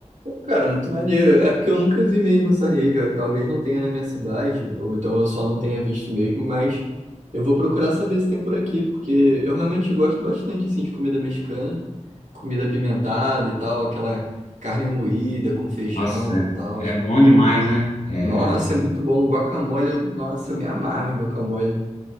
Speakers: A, on the right (about 80°); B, on the left (about 80°).
A: Cara, muito maneiro. É porque eu nunca vi mesmo essa rede. ó. Talvez não tenha na minha cidade, ou então eu só não tenha visto mesmo, mas eu vou procurar saber se tem por aqui, porque eu realmente gosto bastante assim de comida mexicana, comida apimentada e tal, aquela carne moída com feijão
B: Nossa,
A: e
B: é
A: tal.
B: é bom demais, né? É,
A: Nossa, é muito bom. Guacamole, eu- nossa, eu me amarro em guacamole.